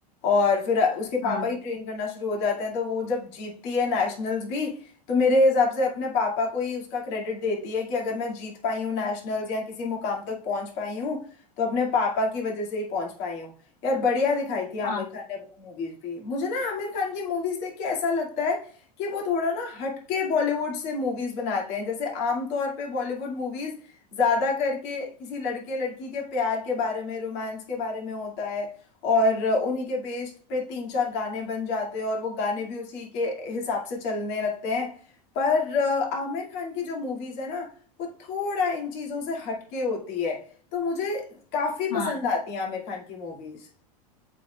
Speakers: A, on the left; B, on the left.
A: और फिर उसके पापा
B: हाँ
A: ही ट्रेन करना शुरू हो जाते हैं तो वो जब जीतती है नेशनल्स भी तो मेरे हिसाब से अपने पापा को ही उसका क्रेडिट देती है कि अगर मैं जीत पाई हूँ नेशनल्स या किसी मुकाम तक पहुंच पाई हूँ तो अपने पापा की वजह से ही पहुंच पाई हूँ यार बढ़िया दिखाई थी
B: हाँ
A: आमिर खान ने वो मूवीज भी मुझे ना आमिर खान की मूवीज देख के ऐसा लगता है कि वो थोड़ा ना हटके बॉलीवुड से मूवीज बनाते हैं जैसे आमतौर पे बॉलीवुड मूवीज ज्यादा करके किसी लड़के लड़की के प्यार के बारे में रोमांस के बारे में होता है और उन्हीं के बेस्ड पे तीन चार गाने बन जाते हैं और वो गाने भी उसी के हिसाब से चलने लगते हैं पर अ, आमिर खान की जो मूवीज है ना वो थोड़ा इन चीजों से हटके होती है तो मुझे काफी
B: हाँ
A: पसंद आती है आमिर खान की मूवीज